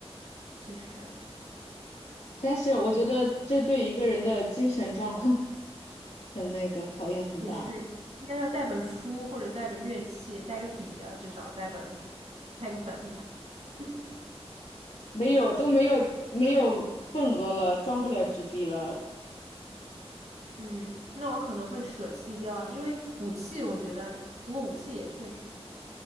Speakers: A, on the right; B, on the left.
A: 其实
B: 但是我觉得这对一个人的精神状况 <laughs> 很那个考验很大，
A: 也是应该要带本书或者带个乐器，带个笔啊，至少带本带个本子。<laughs>
B: 没有都没有没有份额了，装不了纸币了。
A: 嗯，那我可能会舍弃掉，因为武器我觉得，不过武器也确实，